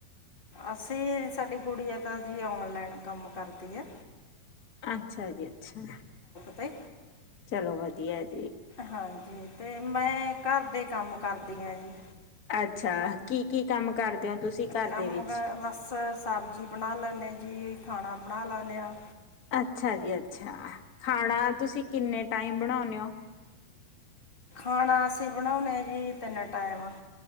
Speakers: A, on the left; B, on the left.
A: ਅਸੀਂ ਸਾਡੀ ਗੁੜੀਆਂ ਤਾਂ ਜੀ ਓਨਲਾਈਨ ਕੰਮ ਕਰਦੀ ਐ।
B: ਅੱਛਾ ਜੀ ਅੱਛਾ
A: ਤੇ
B: ਚਲੋ ਵਧੀਆ ਜੀ।
A: ਹਾਂਜੀ ਤੇ ਮੈਂ ਘਰ ਦੇ ਕੰਮ ਕਰਦੀ ਆਂ ਜੀ।
B: ਅੱਛਾ ਕੀ -ਕੀ ਕੰਮ ਕਰਦੇ ਓ ਤੁਸੀਂ ਘਰ
A: ਕੰਮ
B: ਦੇ ਵਿੱਚ
A: ਕ ਬਸ ਸਬਜ਼ੀ ਬਣਾ ਲੈਂਦੇ ਹ ਜੀ ਖਾਣਾ ਬਣਾ ਲੈਂਦੇੇ ਆਂ।
B: ਅੱਛਾ ਜੀ ਅੱਛਾ ਖਾਣਾ ਤੁਸੀਂ ਕਿੰਨੇ ਟਾਈਮ ਬਣਾਣੇ ਹੋ। <inaudible>
A: ਖਾਣਾ ਅਸੀਂ ਬਣਾਉਣੇ ਹ ਜੀ ਤਿੰਨ ਟਾਈਮ